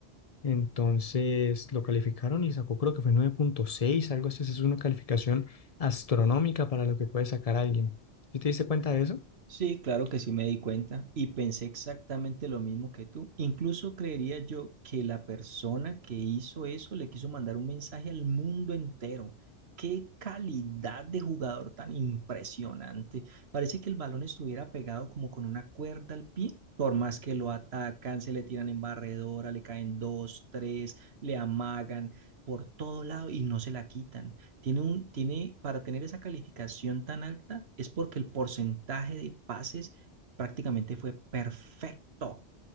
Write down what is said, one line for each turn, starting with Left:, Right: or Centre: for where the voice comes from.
Left: Entonces lo calificaron y sacó creo que fue nueve punto seis algo así. Esa Es una calificación astronómica para lo que puede sacar alguien. ¿Sí te diste cuenta de eso?
Right: Sí, claro que sí me di cuenta y pensé exactamente lo mismo que tú. Incluso creería yo que la persona que hizo eso le quiso mandar un mensaje al mundo entero. Qué calidad de jugador tan impresionante. Parece que el balón estuviera pegado como con una cuerda al pie. Por más que lo atacan, se le tiran en barredora, le caen dos, tres, le amagan por todo lado y no se la quitan. Tiene un, tiene, para tener esa calificación tan alta es porque el porcentaje de pases prácticamente fue perfecto.